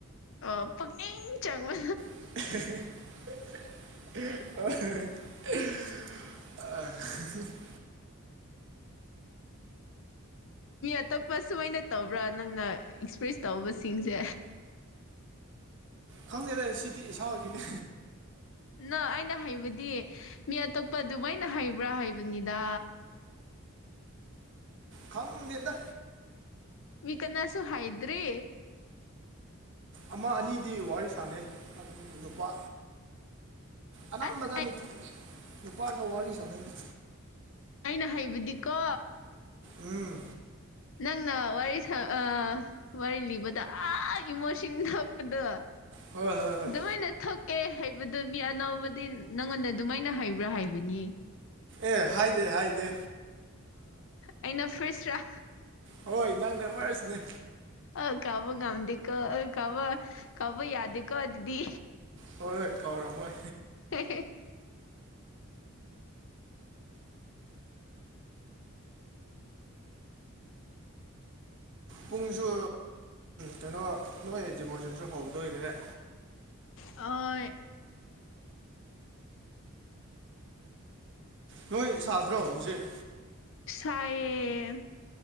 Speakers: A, on the left; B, on the right.
A: ꯑꯣ ꯄꯨꯛꯅꯤꯡ ꯆꯪꯅ
B: <unintelligible> <unintelligible>
A: ꯃꯤ ꯑꯇꯛꯄ ꯁꯨꯃꯥꯏꯅ ꯇꯧꯕ꯭ꯔꯥ ꯅꯪꯅ ꯑꯦꯛꯁꯄ꯭ꯔꯦꯁ ꯇꯧꯕꯁꯤꯡꯁꯦ
B: ꯈꯪꯗꯦꯗ ꯁꯤꯗꯤ ꯏꯁꯥꯒꯤꯅꯤ
A: ꯅꯣ ꯑꯩꯅ ꯍꯩꯕꯗꯤ ꯃꯤ ꯑꯇꯣꯞꯄ ꯑꯗꯨꯃꯥꯏꯅ ꯍꯥꯢꯕ꯭ꯔꯥ ꯍꯥꯏꯕꯅꯤꯗ
B: ꯈꯪꯗꯦꯗ
A: ꯃꯤ ꯀꯅꯥꯁꯨ ꯍꯥꯢꯗ꯭ꯔꯤ
B: ꯑꯃ ꯑꯅꯤꯗꯤ ꯋꯥꯔꯤ ꯁꯥꯟꯅꯩ ꯅꯨꯄꯥ ꯑꯅꯝꯕꯗ
A: ꯑꯁ ꯑꯩ
B: ꯅꯨꯄꯥ ꯅꯨꯄꯥꯒ ꯋꯥꯔꯤ ꯁꯥꯟꯅꯩꯗ
A: ꯑꯩꯅ ꯍꯩꯕꯗꯤꯀꯣ
B: ꯎꯝ
A: ꯅꯪꯅ ꯋꯥꯔꯤ ꯁꯥ ꯋꯥꯔꯤ ꯂꯤꯕꯗ ꯑꯥ ꯏꯃꯣꯁꯟ ꯅꯞꯄꯗꯣ
B: ꯍꯣꯏ ꯍꯣꯏ ꯍꯣꯏ
A: ꯗꯨꯃꯥꯢꯅ ꯊꯣꯛꯛꯑꯦ ꯍꯥꯏꯕꯗꯣ ꯃꯤ ꯑꯅꯧꯕꯗꯤ ꯅꯪꯉꯣꯟꯗ ꯑꯗꯨꯃꯥꯏꯅ ꯍꯩꯕ꯭ꯔꯥ ꯍꯥꯏꯕꯅꯤ
B: ꯑꯦ ꯍꯥꯏꯗꯦ ꯍꯥꯏꯗꯦ
A: ꯑꯩꯅ ꯐ꯭ꯔꯤꯁ ꯔ
B: ꯍꯣꯏ ꯅꯪꯅꯦ ꯋꯥꯔꯤꯔꯁꯤꯅꯦ
A: ꯑ ꯀꯕ ꯉꯝꯗꯀꯣ ꯑ ꯀꯕ ꯀꯕ ꯌꯥꯗꯀꯣ ꯑꯗꯨꯤꯗꯤ
B: ꯍꯣꯏ ꯍꯣꯏ ꯀꯥꯎꯔꯝꯃꯣꯏ
A: ꯍ
B: ꯄꯨꯡꯁꯨ ꯀꯩꯅꯣ ꯅꯣꯏ ꯗꯤꯚꯣꯔꯁꯟꯁꯨ ꯍꯧꯗꯣꯏꯔꯦ
A: ꯑ
B: ꯅꯣꯏ ꯁꯥꯗ꯭ꯔꯣ ꯍꯧꯖꯤꯛ
A: ꯄꯤꯁꯥꯏꯌꯦ